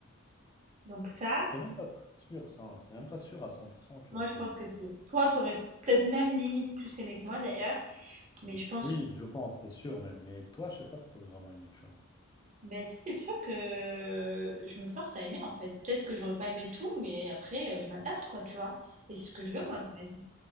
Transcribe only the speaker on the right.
Donc ça,
moi
je pense que si. Toi, t'aurais peut-être même limite plus aimé que moi d'ailleurs, mais je pense
que
ben, c'est des trucs que je me force à aimer en fait. Peut-être que j'aurais pas aimé tout, mais après euh, je m'adapte quoi, tu vois. Et c'est ce que je veux
moi dans ma vie.